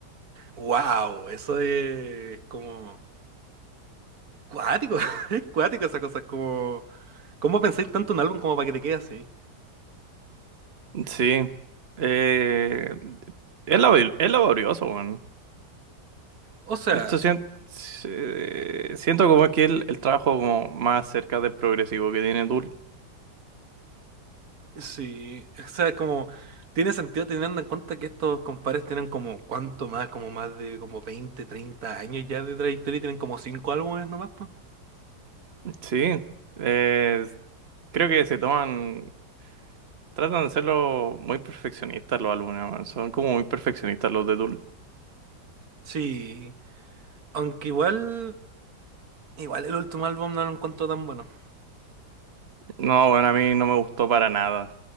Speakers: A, on the right; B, on the right.
A: Wow, eso es como cuático, <laughs> es cuático esa cosa, es como ¿cómo pensáis tanto en un álbum como para que te quede así?
B: Sí. Eh, es labor- es laborioso, weón.
A: O sea,
B: De hecho, sien- se- siento como que el, el trabajo como más cerca del progresivo que tiene Tool.
A: Sí, o sea, como tiene sentido teniendo en cuenta que estos compadres tienen como cuánto más, como más de como 20, 30 años ya de trayectoria y tienen como 5 álbumes nomás, po.
B: Sí. Eh, creo que se toman, tratan de serlo muy perfeccionistas los alumnos, weón. Son como muy perfeccionistas los de Tool.
A: Sí, aunque igual, igual el último álbum no lo encuentro tan bueno.
B: No, bueno, a mí no me gustó para nada.